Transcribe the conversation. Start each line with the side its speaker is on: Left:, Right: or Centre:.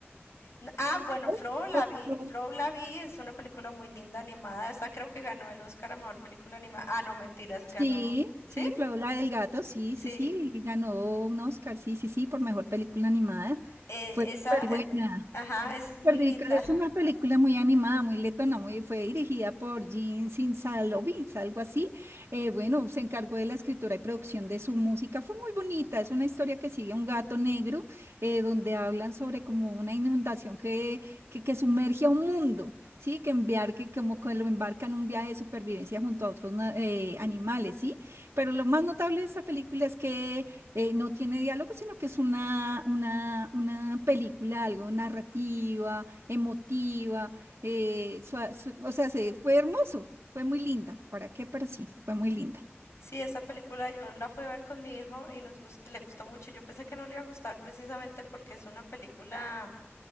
Left: N- Ah, bueno,
Right: Flow,
Left: Flow la
Right: creo
Left: vi,
Right: que Flow.
Left: Flow la vi, es una película muy linda animada. Esa creo que ganó el Oscar a mejor película animada. Ah, no, mentiras, ganó.
Right: Sí, sí,
Left: ¿Sí?
Right: Flow, la del gato, sí,
Left: Sí,
Right: sí, sí, y ganó un Oscar, sí, sí, sí, por mejor película animada.
Left: eh,
Right: Fue súper
Left: esa,
Right: buena.
Left: eh, ajá, esa es muy
Right: Perdidos
Left: linda.
Right: es una película muy animada, muy letona, muy, fue dirigida por Jean Sinsalovis, algo así. Eh, bueno, se encargó de la escritura y producción de su música. Fue muy bonita, es una historia que sigue un gato negro, eh, donde hablan sobre como una inundación que, que, que sumerge a un mundo, ¿sí? Que enviar, que como que lo embarca en un viaje de supervivencia junto a otros na- eh, animales, ¿sí? Pero lo más notable de esta película es que eh, no tiene diálogo, sino que es una, una, una película, algo narrativa, emotiva, eh, sua- su- o sea, se, fue hermoso, fue muy linda, ¿para qué? Pero sí, fue muy linda.
Left: Sí, esa película yo la fui a ver con mi hijo y nos gust- le gustó mucho. Yo pensé que no le iba a gustar precisamente porque es una película,